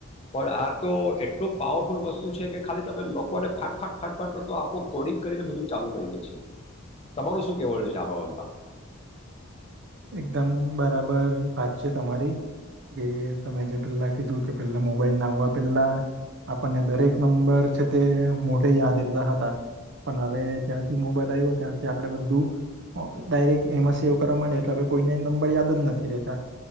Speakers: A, on the left (about 30°); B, on the right (about 60°).
A: પણ આ તો એટલું પાવરફુલ વસ્તુ છે કે ખાલી તમે લોકોને ફાટફાટ ફાટફાટ કરતો આખો કોડિંગ કરીને બધું ચાલુ કરી દેશે, તમારું શું કેવ રહ્યું છે આ બાબત માં?
B: એકદમ બરાબર વાત છે તમારી, કે તમે જે પેલા કીધું કે પેલા મોબાઈલ ના આવવા પેલા આપણને દરેક નંબર છે તે મોઢે યાદ રહેતા હતા પણ હવે જ્યાારથી મોબાઈલ આવ્યો ત્યારથી આપણે બધું ડાયરેક્ટ એમાં સેવ કરવા માંડયા. હવે કોઈને નંબર યાદ જ નથી રહેતા,